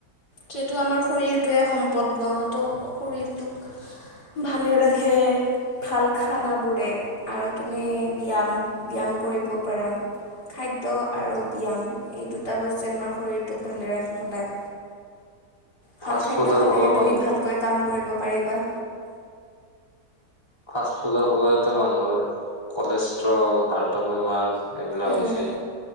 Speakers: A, on the left; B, on the left.
A: সেইটো আমাৰ শৰীৰটোৱে সম্পদ ন ত' শৰীৰটোক, ভালে ৰাখে, ভাল খানাবোৰে আৰু তুমি ব্যয়াম ব্যায়াম কৰিব পাৰা খাদ্য আৰু ব্যায়াম এই দুটা বস্তুৱে আমাৰ শৰীৰটোক ভালে ৰাখে সদায়। ভাল
B: ফাষ্ট
A: খাদ্য
B: ফুডৰ
A: খালেহে
B: ফলত
A: তুমি
B: মানুহ
A: ভালকৈ কাম কৰিব পাৰিবা।
B: ফাষ্ট ফুডৰ ফলতো মানুহৰ কলেষ্ট্ৰল, হাৰ্টৰ বেমাৰ। এইবিলাক
A: উম,
B: হৈছে।